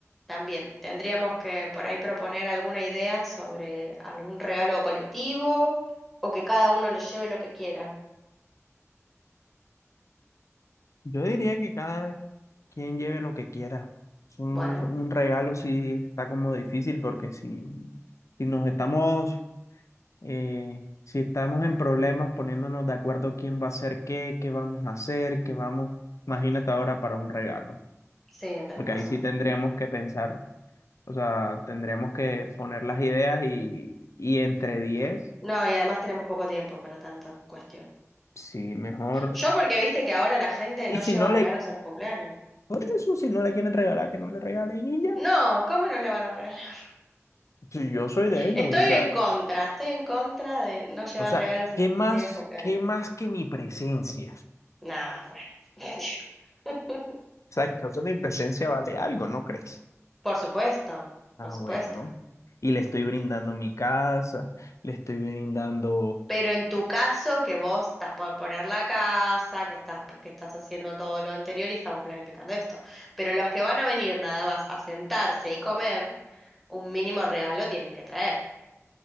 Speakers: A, in the centre; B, on the left.
A: también. Tendríamos que por ahí proponer alguna idea sobre algún regalo colectivo o que cada uno le lleve lo que quiera.
B: Yo diría que cada quien lleve lo que quiera. Es un,
A: Bueno,
B: un regalo sí está como difícil porque si, si nos estamos, eh, si estamos en problemas poniéndonos de acuerdo quién va a hacer qué, qué vamos a hacer, qué vamos, imagínate ahora para un regalo,
A: sí, tenés
B: porque
A: razón.
B: ahí sí tendríamos que pensar, o sea, tendríamos que poner las ideas y, y entre 10
A: No, y además tenemos poco tiempo para tanta cuestión.
B: sí, mejor.
A: Yo porque viste que ahora la gente
B: Y
A: no
B: si
A: lleva
B: no
A: regalos
B: le,
A: a los cumpleaños.
B: por eso, si no le quieren regalar, que no le regalen y ya.
A: No, ¿cómo no le van a regalar? <laughs>
B: Sí, yo soy de ellos,
A: Estoy
B: o sea,
A: en contra, estoy en contra de no llevar
B: o sea,
A: regalos
B: ¿qué
A: en el
B: más,
A: día del cumpleaños.
B: qué más que mi presencia?
A: Nah, bueno. <laughs>
B: O sea, creo que mi presencia vale algo, ¿no crees?
A: Por supuesto,
B: Ah,
A: por supuesto.
B: bueno. Y le estoy brindando mi casa, le estoy brindando,
A: Pero en tu caso, que vos estás por poner la casa, que estás, que estás haciendo todo lo anterior y estamos planificando esto. Pero los que van a venir nada más a sentarse y comer, un mínimo regalo tienen que traer.